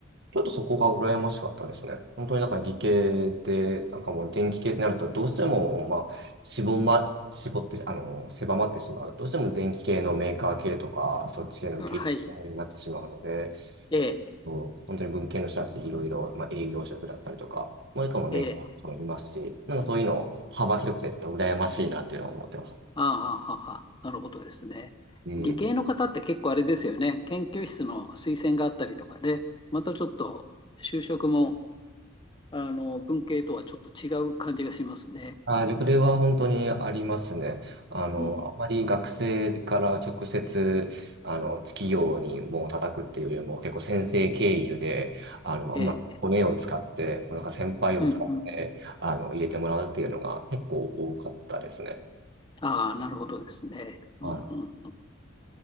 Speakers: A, on the right; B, on the left.
A: ちょっとそこが羨ましかったですね。本当になんか理系で、なんかもう電気系ってなると、どうしても、まあ、絞ま、絞って、あの、狭まってしまう。どうしても電気系のメーカー系とか、そっち系の技術になってしまうので、
B: はい。ええ、
A: もう本当に文系の人たち、いろいろ、まあ、営業職だったりとか、もう一個もメーカーもいますし、
B: ええ、
A: なんかそういうの幅広くて、ちょっと羨ましいなっていうのは思ってました。
B: ああ、はあはあ、なるほどですね。
A: うん。
B: 理系の方って結構あれですよね。研究室の推薦があったりとかね。またちょっと就職も、あの、文系とはちょっと違う感じがしますね。
A: あー、緑例は本当にありますね。あの、
B: うん。
A: あまり学生から直接、あの、企業にもう叩くっていうよりも、結構先生経由で、あの、まあ、
B: で、
A: うまく骨を使って、こうなんか先輩を使って、
B: うんうん。
A: あの、入れてもらうっていうのが結構多かったですね。
B: ああ、なるほどですね。
A: はい。
B: うんうん。